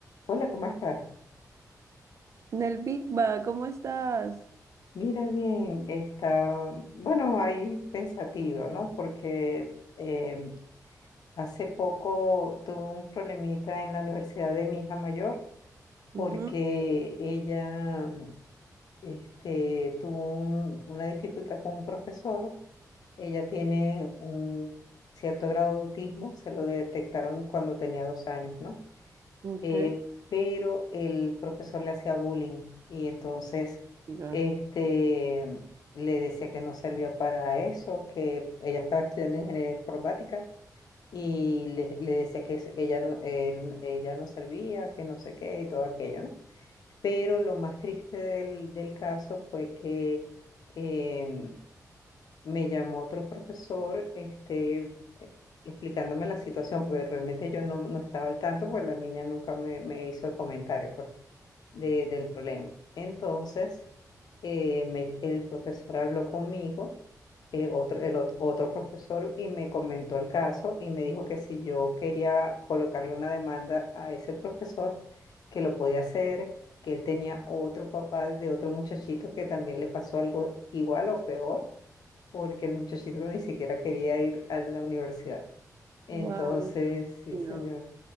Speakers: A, on the left; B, on the right.
A: Hola, ¿cómo estás?
B: Nel Big Bang, ¿cómo estás?
A: Mira bien, está, bueno, ahí pensativo, ¿no? Porque em, hace poco tuve un problemita en la universidad de mi hija mayor
B: Ujú,
A: porque ella mm, este, tuvo un- una dificultad con un profesor. Ella tiene un cierto grado de autismo, se lo detectaron cuando tenía dos años, ¿no?
B: Ok,
A: eh, pero el profesor le hacía bullying y entonces
B: ya,
A: este, le decía que no servía para eso, que ella estaba estudiando ingeniería informática y le, le decía que es- ella no, él- ella no servía, que no sé qué y todo aquello, ¿no? Pero lo más triste del, del caso fue que... em, me llamó otro profesor, este, eh, explicándome la situación, porque realmente yo no, no estaba al tanto, porque la niña nunca me, me hizo el comentario, pues, de- del problema. Entonces, eh, me- el profesor habló conmigo, eh, otro, el ot- otro profesor, y me comentó el caso y me dijo que si yo quería colocarle una demanda a ese profesor, que lo podía hacer, que él tenía otro papá de otro muchachito que también le pasó algo igual o peor porque el muchachito ni siquiera quería ir a la universidad. Entonces,
B: Wow, me imagino.
A: sí, señor.